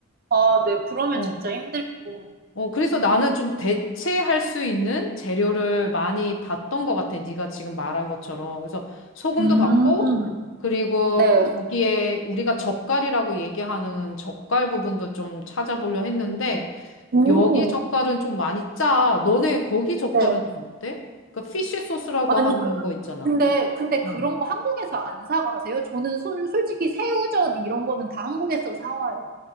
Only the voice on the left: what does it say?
어.
어, 그래서 나는 좀 대체할 수 있는 재료를 많이 봤던 것 같아. 네가 지금 말한 것처럼. 그래서 소금도
봤고, 그리고
거기에 우리가 젓갈이라고 얘기하는 젓갈 부분도 좀 찾아보려 했는데,
여기 젓갈은 좀 많이 짜. 너네 거기 젓갈은
좀 어때? 그 피쉬 소스라고
하는
거 있잖아.
어.